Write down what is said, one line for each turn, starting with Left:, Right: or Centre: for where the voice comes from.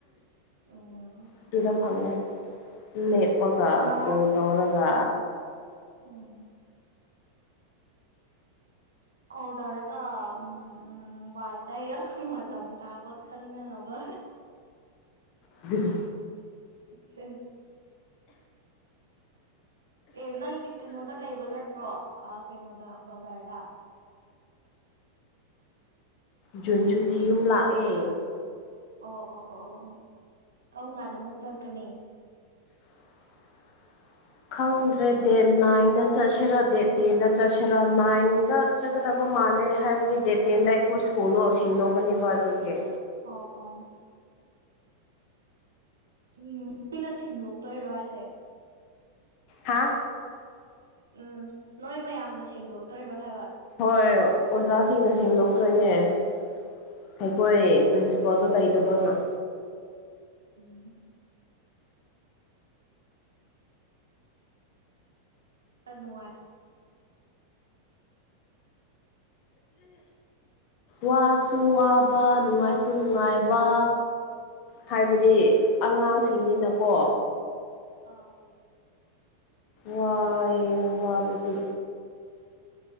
Right: ꯎꯝ
Left: ꯑꯗꯨꯗ ꯐꯪꯉꯦ ꯂꯦꯞ ꯄꯄꯒ
Right: ꯉꯔꯥꯡ
Left: ꯀꯣꯠ ꯑꯣꯔꯒ
Right: ꯎꯝ ꯍ ꯇꯧꯔꯒ ꯎꯝ ꯎꯝ ꯋꯥꯏꯇꯑꯣ ꯃꯝ ꯇꯕ ꯈꯟꯗ ꯅꯕ
Left: ꯑꯗꯨ
Right: ꯍ ꯑꯦ ꯅꯪꯗꯤ ꯀꯩꯅꯣꯗ ꯂꯩꯕ ꯅꯠꯇ꯭ꯔꯣ ꯀꯩꯅꯣꯗ ꯕꯖꯥꯔꯗ
Left: ꯖꯨꯟ ꯁꯨꯇꯤ ꯌꯨꯝ ꯂꯥꯛꯑꯦ
Right: ꯑꯣ ꯑꯣ ꯑꯣ ꯑꯣ ꯀꯔꯝ ꯀꯥꯟꯗ ꯑꯃꯨꯛ ꯆꯠꯀꯅꯤ
Left: <inaudible> ꯈꯪꯗ꯭ꯔꯦ ꯗꯦꯠ ꯅꯥꯏꯟꯗ ꯆꯠꯁꯤꯦꯔꯥ ꯗꯦꯠ ꯇꯦꯟꯗ ꯆꯠꯁꯤꯦꯔꯥ ꯅꯥꯏꯟꯗ ꯆꯠꯀꯗꯕ ꯃꯥꯜꯂꯦ ꯍꯥꯏꯕꯗꯤ ꯗꯦꯠ ꯇꯦꯟꯗ ꯑꯩꯈꯣꯏ ꯁ꯭ꯀꯨꯜꯗꯣ ꯁꯦꯡꯗꯣꯛꯀꯅꯦꯕ ꯑꯗꯨꯒꯤ
Right: ꯑꯣ ꯑꯣ ꯎꯝ ꯃꯤꯣꯏꯅ ꯁꯤꯟꯗꯣꯛꯇꯣꯏꯔꯣ ꯍꯥꯏꯁꯦ
Left: ꯍꯥꯥ
Right: ꯎꯝ ꯅꯣꯏ ꯃꯌꯥꯝꯅ ꯁꯦꯡꯗꯣꯛꯇꯣꯏꯔꯣ ꯍꯥꯏꯕ
Left: ꯍꯣꯏ ꯑꯣꯖꯥꯁꯤꯡꯅ ꯁꯦꯡꯗꯣꯛꯇꯣꯏꯅꯦ
Right: ꯑꯣ ꯑꯣ
Left: ꯑꯩꯈꯣꯏ
Right: ꯎꯝ
Left: ꯄ꯭ꯔꯤꯁꯤ ꯑꯗꯨ ꯂꯩꯇꯕꯅ
Right: ꯎꯝ ꯅꯨꯡꯉꯥꯏ
Left: ꯋꯥꯁꯨ ꯋꯥꯕ ꯅꯨꯡꯉꯥꯏꯁꯨ ꯅꯨꯡꯉꯥꯏꯕ ꯍꯥꯏꯕꯗꯤ ꯑꯉꯥꯡꯁꯤꯡꯅꯤꯅꯀꯣ
Right: ꯑ
Left: ꯋꯥꯏ ꯋꯥꯕꯗꯤ